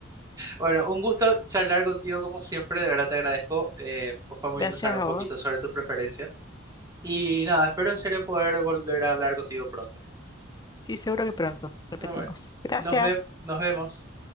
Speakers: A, on the right; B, on the left.
A: Bueno, un gusto charlar contigo como siempre, de verdad te agradezco. eh, fue muy
B: Gracias
A: lindo saber un
B: a
A: poquito
B: vos.
A: sobre tus preferencias. Y nada, espero en serio poder volver a hablar contigo pronto.
B: Sí, seguro que pronto repetimos.
A: Bueno,
B: Gracias.
A: nos ve- nos vemos.